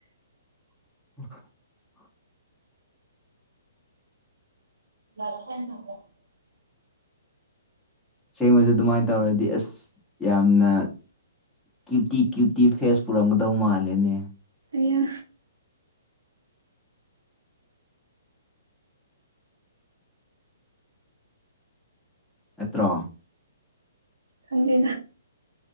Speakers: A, in the centre; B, on the right (about 90°).
A: <inaudible>
B: <unintelligible>
A: ꯁꯦꯡꯕꯁꯨ ꯑꯗꯨꯃꯥꯏ ꯇꯧꯔꯗꯤ ꯑꯁ ꯌꯥꯝꯅ ꯀ꯭ꯌꯨꯇꯤ ꯀ꯭ꯌꯨꯇꯤ ꯐꯦꯁ ꯄꯨꯔꯝꯒꯗꯧ ꯃꯥꯜꯂꯦꯅꯦ
B: ꯑꯌꯥ
A: ꯑꯦꯠꯇ꯭ꯔꯣ
B: ꯈꯟꯗꯦ